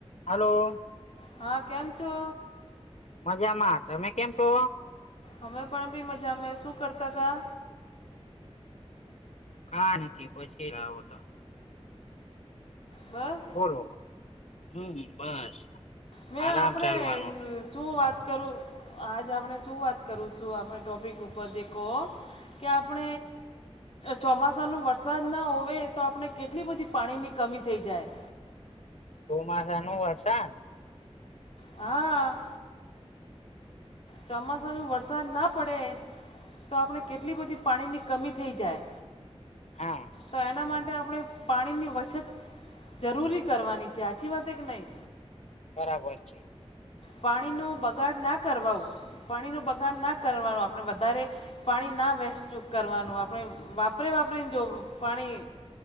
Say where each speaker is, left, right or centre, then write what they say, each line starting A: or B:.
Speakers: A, on the left (about 80°); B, on the left (about 65°).
A: હાલો.
B: હા કેમ છો?
A: મજામાં તમે કેમ છો?
B: અમે પણ બી મજામાં શું કરતા હતા?
A: કા નથી પછી લાવોતો.
B: બસ.
A: બોલો હમ્મ બસ.
B: મેં
A: આરામ
B: આપણે
A: ચાલવાનો
B: શું વાત કરું. આજ આપણે શું વાત કરું છું આપણે ટોપિક ઉપર દેખો કે આપણે ચોમાસાનો વરસાદ ના હોવે તો આપણે કેટલી બધી પાણીની કમી થઈ જાય.
A: ચોમાસાનું વરસાદ?
B: હા ચોમાસાનું વરસાદ ના પડે તો આપણે કેટલી બધી પાણીની કમી થઈ જાય.
A: હા
B: તો એના માટે આપણે પાણીની વછત જરૂરી કરવાની છે હાચી વાત હેકે નહી?
A: બરાબર છે.
B: પાણીનો બગાડ ના કરવા. પાણીનો બગાડ ના કરવાનું આપણે વધારે પાણી ના વેસ્ટ કરવાનું. આપણે વાપરી વાપરીને જો પાણી